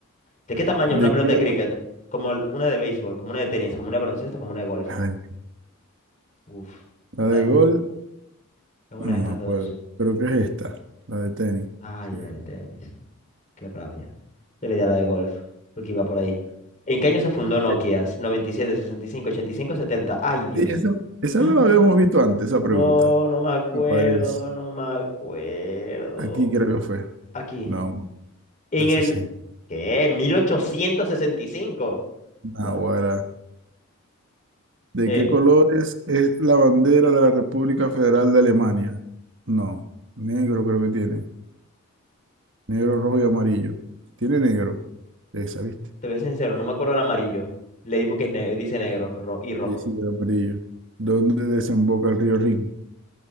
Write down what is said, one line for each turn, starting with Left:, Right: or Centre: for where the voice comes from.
Left: ¿De qué tamaño
Right: ¿De
Left: es una pelota
Right: qué
Left: de
Right: tamaño?
Left: cricket? Como el- una de béisbol, como una de tenis, como una de baloncesto, como una de golf.
Right: A ver,
Left: Uf,
Right: la
Left: una
Right: de
Left: de estas
Right: gol,
Left: dos. Es una
Right: no
Left: de estas
Right: me acuerdo.
Left: dos.
Right: Creo que es esta, la de tenis.
Left: Ay,
Right: Sí.
Left: la de tenis. Qué rabia. Yo le di a la de golf, porque iba por ahí. ¿En qué año se fundó Nokia?
Right: Sí.
Left: noventa y y siete, sesenta y cinco, ochenta y cinco, setenta Ay, Dios
Right: Y esa,
Left: mío.
Right: esa
Left: <gasps>
Right: no la habíamos visto antes, esa
Left: No,
Right: pregunta.
Left: no me acuerdo,
Right: Me parece.
Left: no me acuerdo.
Right: Aquí creo que fue.
Left: Aquí.
Right: No,
Left: En
Right: en sesenta
Left: el... ¿Qué? mil ochocientos sesenta y cinco
Right: Naguará.
Left: Bueno,
Right: ¿De
Left: eh,
Right: qué colores es la bandera de la República Federal de Alemania? No, negro creo que tiene. Negro, rojo y amarillo. Tiene negro. Esa, ¿viste?
Left: te voy a ser sincero, no me acuerdo el amarillo. Le di porque es ne- dice negro ro- y rojo.
Right: Sí, sí, el amarillo. ¿Dónde desemboca el río Rin?